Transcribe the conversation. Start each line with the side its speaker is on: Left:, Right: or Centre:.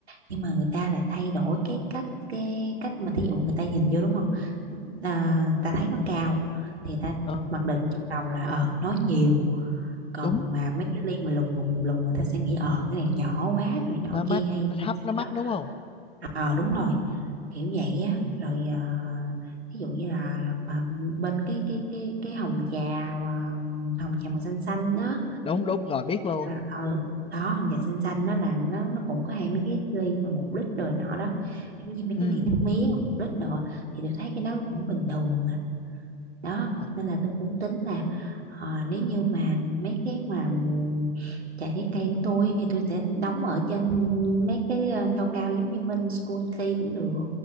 Right: nhưng mà người ta lại thay đổi cái cách cái cách mà thí dụ người ta nhìn vô đúng không à, người ta thấy nó cao thì người ta
Left: ờ
Right: mặc định trong đầu là ờ nó nhiều còn
Left: đúng
Right: mà mấy cái ly mà lùng lùng lùng người ta sẽ nghĩ ờ cái này nhỏ quá rồi nhỏ
Left: nó mắc
Right: kia hay
Left: nó thấp
Right: sao
Left: nó mắc
Right: sao
Left: đúng không
Right: ờ đúng rồi kiểu vậy á rồi ờ, ví dụ như là, là mà bên cái cái cái cái hồng trà mà hồng trà màu xanh xanh đó
Left: đúng đúng rồi biết luôn
Right: à, ừ đó hồng trà xanh xanh đó là nó nó cũng có hai mấy cái ly mà một lít đời nọ đó giống như mấy
Left: ừ
Right: cái ly nước mía một lít đồ thì tôi thấy cái đó cũng bình thường à đó
Left: đúng rồi
Right: nên là tôi cũng tính là ờ, nếu như mà mấy cái mà ừm, trà trái cây của tôi thì tôi sẽ đóng ở trên mấy cái ờ, cao cao giống như bên School Tea cũng được